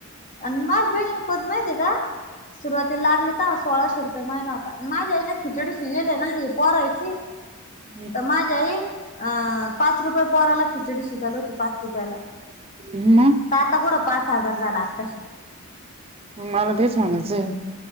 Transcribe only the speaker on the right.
हम्.
ह.
मला तेच म्हणायचे.